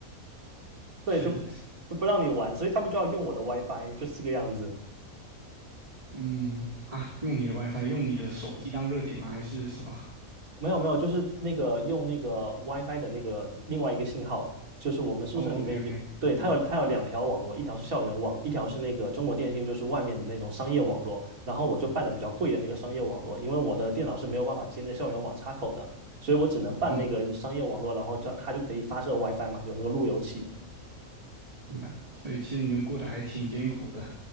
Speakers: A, on the right; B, on the right.
A: 对，
B: 确实。
A: 就
B: 是。
A: 就不让你玩，所以他们就要用我的 WiFi，就是这个样子。
B: 嗯，啊，用你的 WiFi，用你的手机当热点吗？还是什么？
A: 没有没有，就是那个用那个 WiFi 的那个另外一个信号，就是我们宿舍里面有，
B: 哦，OK OK，
A: 对，
B: 明白，
A: 它有它有两条网络，一条是校园网，一条是那个中国电信，就是外面的那种商业网络。然后我就办的比较贵的那个商业网络，因为我的电脑是没有办法接那个校园网插口的，所以我只能办那个商业网络，
B: 嗯，
A: 然后就它就可以发射 WiFi 嘛，有那个路由器。
B: 明白。所以其实你们过得还挺艰苦的。